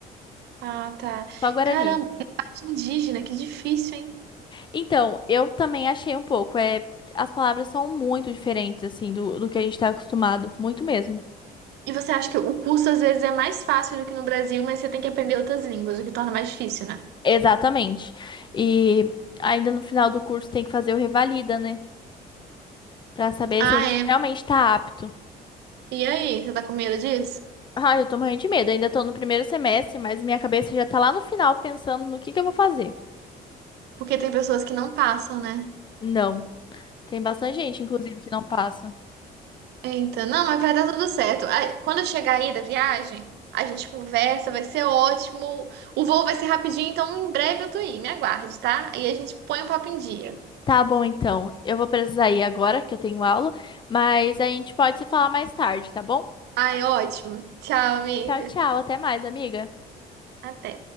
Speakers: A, on the right; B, on the left.
A: Ah, tá.
B: Só Guarani.
A: Caramba, arte indígena, que difícil, hein?
B: Então, eu também achei um pouco. É, as palavras são muito diferentes, assim, do, do que a gente tá acostumado. Muito mesmo.
A: E você acha que o curso às vezes é mais fácil do que no Brasil, mas você tem que aprender outras línguas, o que torna mais difícil, né?
B: Exatamente. E ainda no final do curso tem que fazer o revalida, né? Pra saber
A: Ah,
B: se a gente
A: é.
B: realmente tá apto.
A: E aí, você tá com medo disso?
B: Ah, eu tô morrendo de medo. Ainda tô no primeiro semestre, mas minha cabeça já tá lá no final pensando no que que eu vou fazer.
A: Porque tem pessoas que não passam, né?
B: Não. Tem bastante gente, inclusive, que não passa.
A: Então, não, mas vai dar tudo certo. Aí, Quando eu chegar aí da viagem, a gente conversa, vai ser ótimo. O voo vai ser rapidinho, então em breve eu tô aí, me aguarde, tá? Aí a gente põe o papo em dia.
B: Tá bom, então. Eu vou precisar ir agora, que eu tenho aula, mas a gente pode se falar mais tarde, tá bom?
A: Ai, ótimo. Tchau, amiga.
B: Tchau, tchau. Até mais, amiga.
A: Até.